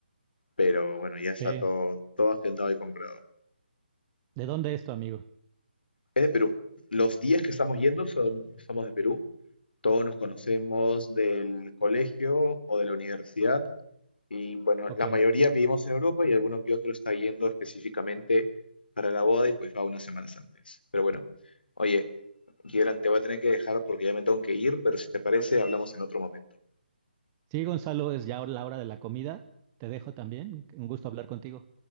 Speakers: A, on the left; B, on the right.
A: pero bueno, ya está
B: Eh,
A: todo, todo agendado y comprado.
B: ¿de dónde es tu amigo?
A: Es de Perú. Los días que estamos yendo son, somos de Perú. Todos nos conocemos del colegio o de la universidad. Y bueno,
B: Ok.
A: la mayoría vivimos en Europa y alguno que otro está yendo específicamente para la boda y pues va unas semanas antes. Pero bueno, oye, Kieran, te voy a tener que dejar porque ya me tengo que ir, pero si te parece, hablamos en otro momento.
B: Sí, Gonzalo, es ya la hora de la comida. Te dejo también. Un gusto hablar contigo.